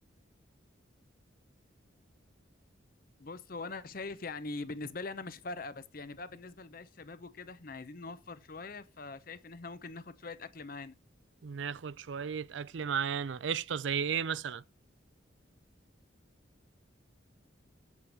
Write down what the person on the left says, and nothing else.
بص هو انا شايف يعني بالنسبه لي انا مش فارقه بس يعني بقى بالنسبه لباقي الشباب وكده احنا عايزين نوفر شويه فشايف ان احنا ممكن ناخد شويه اكل معانا